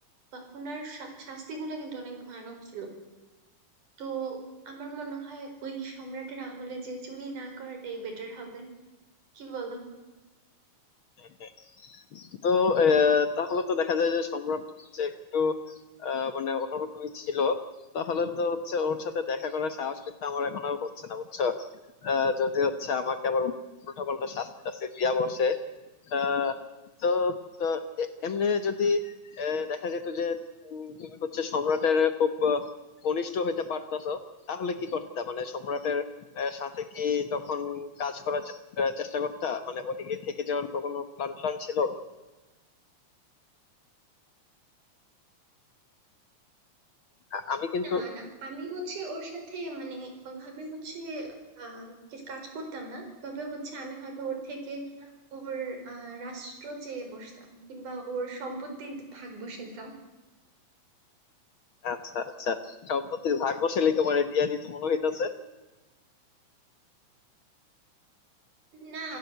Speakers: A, on the right; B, on the left.
A: বা ওনার শা- শাস্তিগুলো কিন্তু অনেক ভয়ানক ছিল তো আমার মনে হয় ওই সম্রাটের আমলে যে চুরি না করাটাই বেটার হবে কি বলো
B: কি তো আহ, তাহলে তো দেখা যায় যে সম্রাট হচ্ছে একটু আহ, মানে অন্যরকমই ছিল তাহলে তো হচ্ছে ওর সাথে দেখা করার সাহস কিন্তু আমার এখন আর হচ্ছে না বুঝছো আহ, যদি হচ্ছে আমাকে আবার উল্টা পাল্টা শাস্তি টাস্তি দিয়া বসে আহ, তো তো এ- এমনি যদি আহ, দেখা যেত যে উম, তুমি হচ্ছে সম্রাটের খুব আহ, ঘনিষ্ঠ হইতে পারতাছো তাহলে কি করতে মানে সম্রাটের আহ, সাথে কি তখন কাজ করার চে- আহ, চেষ্টা করতা মানে ওদিকে থেকে যাওয়ার কোনো প্ল্যান প্ল্যান ছিল আ- আমি কিন্তু
A: না না আমি হচ্ছে ওর সাথে মানে ওভাবে হচ্ছে আহ কিছু কাজ করতাম না তবে হচ্ছে আমি হয়তো ওর থেকে ওর আহ রাষ্ট্র চেয়ে বসতাম কিংবা ওর সম্পত্তির ভাগ বসাইতাম
B: আচ্ছা আচ্ছা সম্পত্তির ভাগ বসালেই তোমার দিয়া দিত মনে হইতাছে
A: না